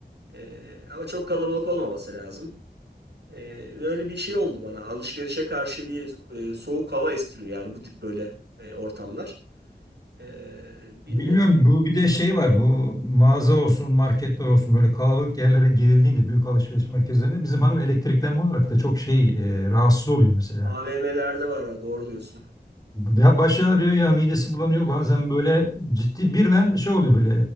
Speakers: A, on the right; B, on the left.
A: E, ama çok kalabalık olmaması lazım. Ee, böyle bir şey oldu bana. Alışverişe karşı bir e, soğuk hava estiriyor yani bu tip böyle e, ortamlar. Ee, bilmiyorum.
B: Bilmiyorum bu bir de şey var bu mağaza olsun marketler olsun böyle kalabalık yerlere girildiğinde büyük alışveriş merkezlerinde bizim hanım elektriklenme olarak da çok şey e, rahatsız oluyor mesela.
A: AVM'lerde var ha doğru diyorsun.
B: Ya başı ağrıyor ya midesi bulanıyor.
A: Evet,
B: Bazen böyle ciddi birden şey oluyor böyle